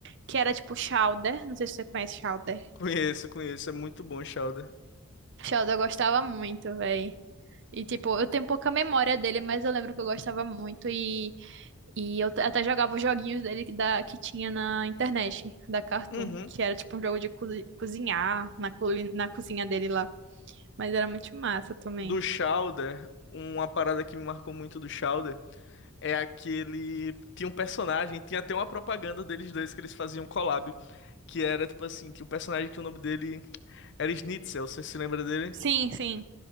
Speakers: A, on the right; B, on the left.
A: Que era tipo Chowder. Não sei se você conhece Chowder.
B: Conheço, conheço. É muito bom, Chowder.
A: Chowder eu gostava muito, véi. E tipo, eu tenho pouca memória dele, mas eu lembro que eu gostava muito. E, e eu até jogava os joguinhos dele que da, que tinha na internet, da Cartoon.
B: Uhum.
A: Que era tipo um jogo de cozi- cozinhar na, culi- na cozinha dele lá. Mas era muito massa também.
B: Do Chowder, uma parada que me marcou muito do Chowder é aquele. Tinha um personagem, tinha até uma propaganda deles dois que eles faziam um collab. Que era, tipo assim, que o personagem que o nome dele era Schnitzel, você se lembra dele?
A: Sim, sim,